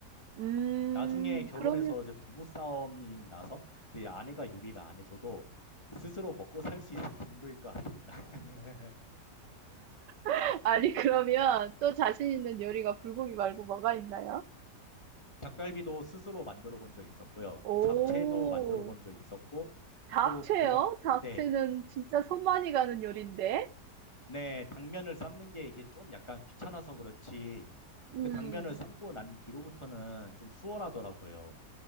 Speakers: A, on the right (about 80°); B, on the left (about 15°).
A: 음,
B: 나중에 결혼해서
A: 그러면,
B: 이제 부부싸움이 나서 이제 아내가 요리를 안 해줘도 스스로 먹고 살 수 있을 <laughs> 정도일 것 같습니다. <laughs>
A: <laughs> 아니, 그러면 또 자신 있는 요리가 불고기 말고 뭐가 있나요?
B: 닭갈비도 스스로 만들어 본 적 있었고요.
A: 오,
B: 잡채도 만들어 본 적 있었고,
A: 잡채요?
B: 또 그 밖,
A: 잡채는
B: 네.
A: 진짜 손 많이 가는 요리인데?
B: 네, 당면을 삶는 게 이게 좀 약간 귀찮아서 그렇지.
A: 음,
B: 그 당면을 삶고 난 뒤로부터는 좀 수월하더라고요.